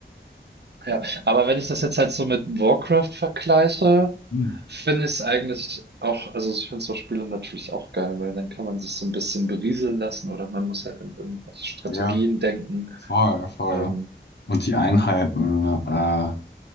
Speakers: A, on the right; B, on the left.
A: Ja, aber wenn ich das jetzt halt so mit Warcraft vergleiche,
B: Hm.
A: finde ich es eigentlich auch, also ich finde so Spiele natürlich auch geil, weil dann kann man sich so ein bisschen berieseln lassen oder man muss halt an irgendwelche Strategien
B: Ja,
A: denken.
B: voll, voll.
A: Ähm,
B: Und die Einheiten, äh,